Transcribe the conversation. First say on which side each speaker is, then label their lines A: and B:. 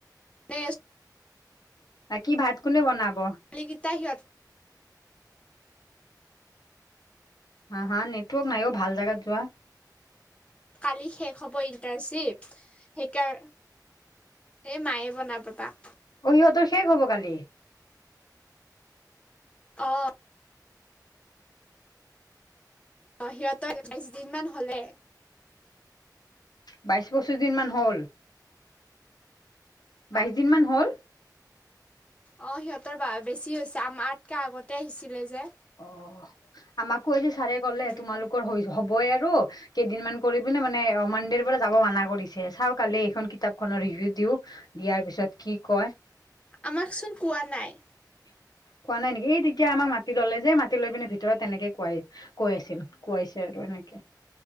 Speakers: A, on the left (about 15°); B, on the left (about 65°).
A: বেষ্ট
B: বাকি ভাত কোনে বনাব?
A: কালি কিটা সিহঁত
B: হা হা নেটৱৰ্ক নাই অ ভাল জাগাত যোৱা
A: কালি শেষ হ'ব ইণ্টাৰ্ণশ্বিপ সেইকাৰ- এ মায়ে বনা <unintelligible>
B: অ সিহঁতৰ শেষ হ'ব কালি।
A: অ অ সিহঁতৰ বাইশ দিন মান হ'লে।
B: বাইশ, পঁচিছ দিনমান হ'ল।
A: হা
B: বাইশ দিন মান হ'ল
A: অ সিহঁতৰ বা বেছি হৈছে আমাতকে আগতে আহিছিলে যে
B: অ আমাকো আজি ছাৰে ক'লে
A: উম,
B: তোমালোকৰ হৈ হবই আৰু কেইদিনমান কৰি পিনে মানে মনডেৰ পৰা যাব মানা কৰিছে চাওঁ কালি এইখন কিতাপখনৰ ৰিভিউ দিওঁ দিয়াৰ পিছত কি কয়।
A: আমাকচোন কোৱা নাই।
B: খোৱা নাই নেকি এই তেতিয়া আমাক মাটি ললে যে মাটি লৈ পিনে ভিতৰত তেনেকে কোৱাই কৈ আছিল কোৱাইছে আৰু এনেকে